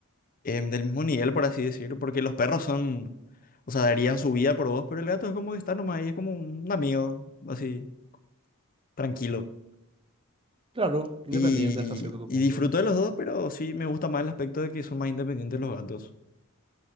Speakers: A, on the left (about 40°); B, on the right (about 25°).
A: em, del mismo nivel, por así decirlo, porque los perros son, o sea, darían su vida por vos, pero el gato es como que está nomás ahí, es como un amigo, así, tranquilo.
B: Claro, independiente
A: Y,
B: hasta cierto
A: y
B: punto.
A: disfruto de los dos, pero sí me gusta más el aspecto de que son más independientes los gatos.